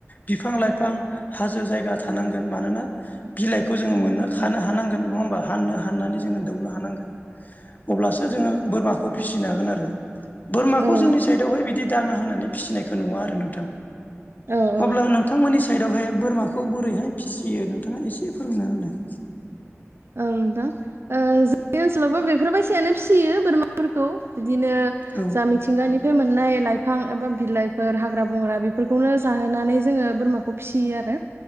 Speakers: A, on the left; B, on the right.
A: बिफां लाइफां हाजो जायगा थानांगोन मानोना बिलाइखौ जों मोननो खानो हानांगोन नङा होमबा हाननो हाननानै जोङो दौनो हानांगोन अब्लासो जोङो बोरमाखौ फिसिनो हागोन आरो। बोरमाखौ
B: औ
A: जोंनि साइडआवहाय बिदि दाना होनानै फिसिनायखौ नुवा आरो नोंथां।
B: औ औ
A: अब्ला नोंथांमोननि साइदआवहाय बोरमाखौ बोरैहाय फिसियो नोंथाङा एसे फोरमायना होनाय
B: औ नोंथां जोंनि ओनसोलावबो बेफोरबायसायानो फिसियो बोरमाफोरखौ बिदिनो
A: औ
B: जा मिथिंगानि बे मोननाय लाइफां एबा बिलाइफोर हाग्रा बंग्रा बेफोरखौनो जाहोनानै जोङो बोरमाखौ फिसियो आरो।